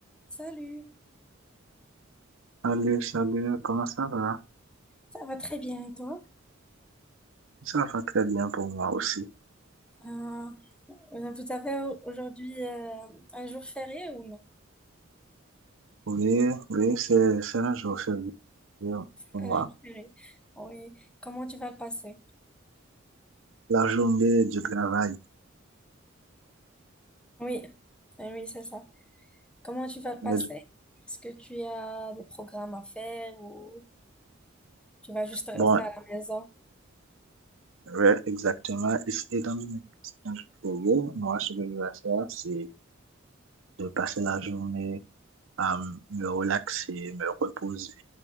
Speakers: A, in the centre; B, on the right.
A: Salut,
B: Salut, salut, comment ça va?
A: ça va très bien et toi?
B: Ça va très bien pour moi aussi.
A: Euh, euh, vous avez au- aujourd'hui euh, un jour férié ou non?
B: Oui, oui, c'est c'est un jour férié pour
A: Un
B: moi.
A: jour férié. Oui. Comment tu vas le passer?
B: La journée du travail.
A: Oui, Eh oui, c'est ça. Comment tu vas le passer?
B: Mais
A: Est-ce que tu as des programmes à faire ou tu vas juste rester
B: bon,
A: à la maison?
B: ouais, exactement. Et et étant donné que c'est un jour férié, moi, ce que je vais faire, c'est de passer la journée à m- me relaxer, me reposer,